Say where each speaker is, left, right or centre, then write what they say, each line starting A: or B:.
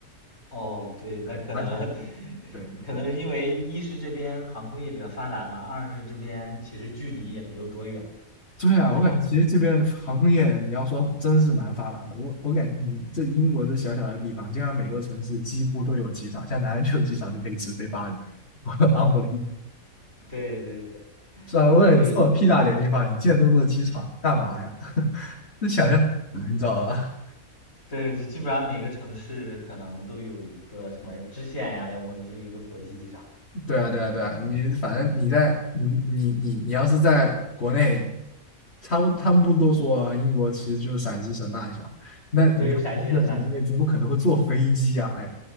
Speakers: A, on the left; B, on the left.
A: 哦，对，那可能，
B: 对，而且对对。
A: 可能是因为一是这边航空业比较发达嘛，二是这边其实距离也没有多远，
B: 对啊，
A: 对吧？
B: 我感觉其实这边航空业，你要说真是蛮发达的。我我感觉你这英国这小小的地方，竟然每个城市几乎都有机场，像南安就有机场，就可以直飞巴黎。<laughs> 我 u n b e
A: 对对
B: 是吧？我感觉这么屁大点地方，
A: 对对
B: 你建那么多机场干嘛呀？这想象不出来你知道吧？
A: 对，就基本上每个城市可能都有一个什么支线呀、要么就是一个国际机场，
B: 对啊，对啊，对啊，你反正你在你你你你要是在国内，他们他们不多说啊，英国其实就是陕西省大小，那你在这个省内怎么可能会坐飞机啊？
A: 对，陕西人大小，
B: 哎，